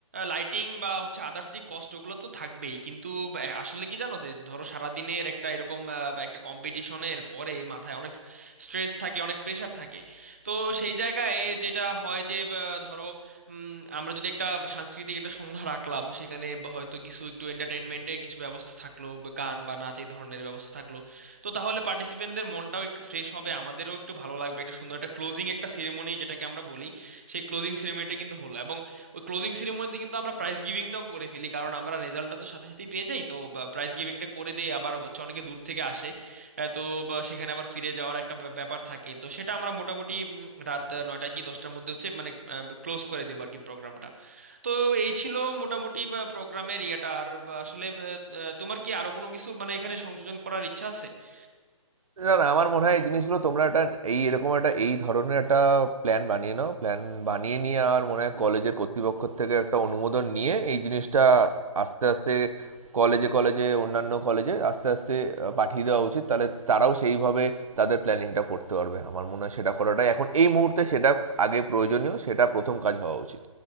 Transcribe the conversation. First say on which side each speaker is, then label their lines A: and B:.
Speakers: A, on the right; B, on the right.
A: লাইটিং বা হচ্ছে আদার্স যে কস্ট ওগুলো তো থাকবেই কিন্তু আহ, আসলে কি জানো যে ধরো সারাদিনের একটা এরকম আহ, বা একটা কম্পিটিশনের পরে মাথায় অনেক স্ট্রেস থাকে অনেক প্রেশার থাকে তো সেই জায়গায় যেটা হয় যে আহ, ধরো উম, আমরা যদি একটা সাংস্কৃতিক একটা সন্ধ্যা রাখলাম সেখানে বা হয়তো কিছু একটু এন্টারটেনমেন্টের কিছু ব্যবস্থা থাকলো বা গান বা নাচ এই ধরনের ব্যবস্থা থাকলো তো তাহলে পার্টিসিপেন্টদের মনটাও একটু ফ্রেশ হবে আমাদেরও একটু ভালো লাগবে একটা সুন্দর একটা ক্লোজিং একটা সেরেমনি যেটাকে আমরা বলি সেই ক্লোজিং সেরেমনিটা কিন্তু হলো এবং ওই ক্লোজিং সেরেমনিতে কিন্তু আমরা প্রাইজ গিভিংটাও করে ফেলি কারণ আমরা রেজাল্টটা তো সাথে সাথেই পেয়ে যাই তো প্রাইজ গিভিংটা করে দিয়ে আবার হচ্ছে অনেকে দূর থেকে আসে আহ, তো বা সেখানে আবার ফিরে যাওয়ার একটা ব্যা- ব্যাপার থাকে তো সেটা আমরা মোটামুটি উম, রাত নয়টা কি দশটার মধ্যে হচ্ছে মানে ক্লোজ করে দেবো আর কি প্রোগ্রামটা তো এই ছিল মোটামুটি প্রোগ্রামের ইয়েটা আর বা আসলে আহ, তোমার কি আরো কোনো কিছু মানে এখানে সংযোজন করার ইচ্ছা আছে
B: না না আমার মনে হয় এই জিনিসগুলো তোমরা একটা এই এরকম একটা এই ধরনের একটা প্ল্যান বানিয়ে নাও প্ল্যান বানিয়ে নিয়ে আর মনে হয় কলেজের কর্তৃপক্ষ থেকে একটা অনুমোদন নিয়ে এই জিনিসটা আস্তে আস্তে কলেজে কলেজে অন্যান্য কলেজে আস্তে আস্তে আহ, পাঠিয়ে দেওয়া উচিত তাহলে তারাও সেইভাবে তাদের প্ল্যানিংটা করতে পারবে আমার মনে হয় সেটা করাটাই এখন এই মুহূর্তে সেটা আগে প্রয়োজনীয় সেটা প্রথম কাজ হওয়া উচিত